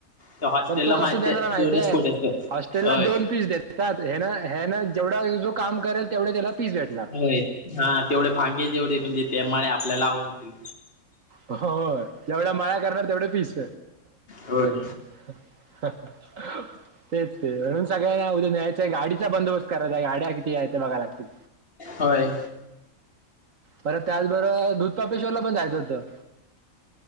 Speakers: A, on the left; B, on the right.
A: त्या हॉस्टेलला
B: पण तो कस
A: माहिती
B: देणारा
A: आहे
B: माहतीय
A: दोनच कोडे असत
B: हॉस्टेल
A: होय
B: ला दोन पीस देतात हे ना ह्यांना जेवढा जो काम करेल तेवढं त्याला पीस भेटणार
A: व्हय हा तेवढे भांगे जेवढे म्हणजे? ते मळ्या आपल्या लावून होतील.
B: हो जेवढ्या मळ्या करणार तेवढे पिस
A: होय.
B: ह - हं ह तेच ते म्हणून सगळ्या या उद्या मॅच आहे, गाडीचा बंदोबस्त करायला गाड्या किती आहेत. ते बघाय लागतील.
A: होय
B: बरं त्याचबरोबर दुधपापेश्वरला पण जायचं होत